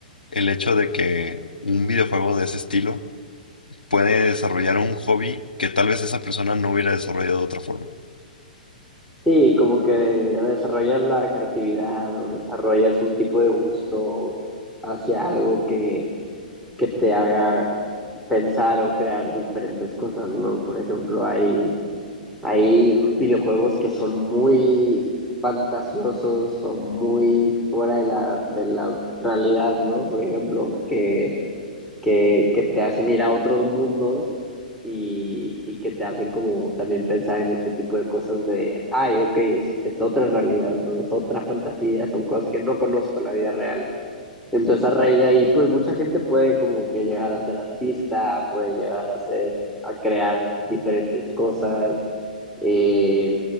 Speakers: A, on the left (about 85°); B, in the centre.
A: el hecho de que un videojuego de ese estilo puede desarrollar un hobby que tal vez esa persona no hubiera desarrollado de otra forma.
B: Sí, como que desarrollas la creatividad o desarrollas un tipo de gusto hacia algo que, que te haga pensar o crear diferentes cosas, ¿no? Por ejemplo, hay, hay videojuegos que son muy fantasiosos o muy fuera de la, de la realidad, ¿no? Por ejemplo, que que, que te hacen ir a otros mundos y, y que te hacen como también pensar en este tipo de cosas de, ay, ok, es, es otra realidad, no es otra fantasía, son cosas que no conozco en la vida real. Entonces a raíz de ahí, pues mucha gente puede como que llegar a ser artista, puede llegar a ser, a crear diferentes cosas. eh,